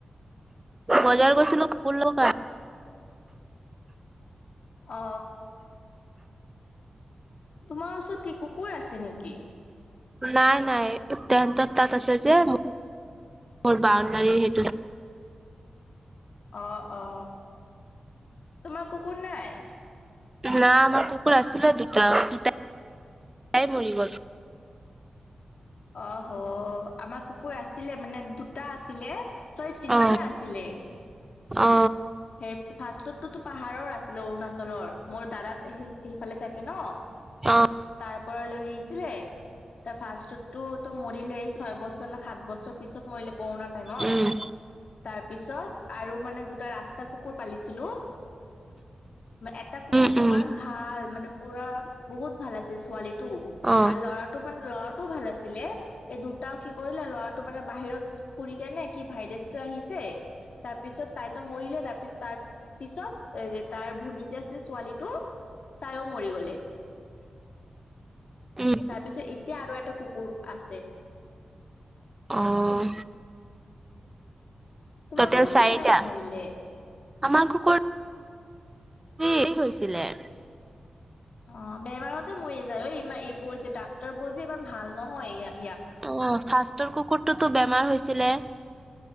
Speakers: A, on the right; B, on the left.
A: বজাৰ <unintelligible> গৈছিলোঁ কাপোৰ লবৰ কাৰণে।
B: অ। তোমাৰ ওচৰত কি কুকুৰ আছে নেকি?
A: নাই, নাই তেহেতৰ তাত আছে যে, মোৰ বাউণ্ডাৰীৰ সেইটো।
B: অ, অ, তোমাৰ কুকুৰ নাই?
A: না, আমাৰ কুকুৰ আছিলে দুটা। দুটা তাই মৰি গল।
B: অ হ, আমাৰ কুকুৰ আছে। আছিলে মানে দুটা আছিলে, চৰি তিনিটা
A: অ
B: আছিলে।
A: অ।
B: সেই ফাৰ্ষ্টতটোতো পাহাৰৰ আছিলে অৰুণাচলৰ। মোৰ দাদাত সে সেইফালে থাকে ন,
A: অ
B: তাৰ পৰা লৈ আহিছিলে। তাৰ ফাষ্ট ৰ টো মৰিলেই ছয় বছৰ ন সাত বছৰ পিছত মৰিলে। কৰোণা টাইমত।
A: উম
B: তাৰপিছত আৰু মানে দুটা ৰাস্ত কুকুৰ পালিছিলো। এটা কুকুৰ
A: উম
B: ইমান
A: উম
B: ভাল। মানে পুৰা বহুত ভাল আছিল ছোৱালীতও
A: অ
B: আৰু ল'ৰাটো মানে লৰা টো ভাল আছিলে। এই দুটা কি কৰিলে ল'ৰাটো মানে বাহিৰত ফুৰি কেনে কি ভাইৰাছ লৈ আহিছে তাৰপিছত তাই তো মৰিলে। তাৰ পিছ তাৰ পিছত এ যে তাৰ ভনী যে আছে ছোৱালীটো তাইও মৰি গলে।
A: <unintelligible> উম
B: তাৰ পিছত এতিয়া আৰু এটা কুকুৰ আছে।
A: আহ।
B: তোমাৰ
A: টোটেল
B: কুকুৰটো
A: চাৰিটা।
B: কেনেকা মৰিলে
A: আমাৰ কুকুৰ সেৰি হৈছিলে।
B: অ, বেমাৰতে মৰি যায় ঐ ই এইবোৰ যে ডাক্তৰ বোৰ যে ইমান ভাল নহয় ইয়াত।
A: অ, ফাষ্টৰ কুকুৰটোতো বেমাৰ হৈছিলে।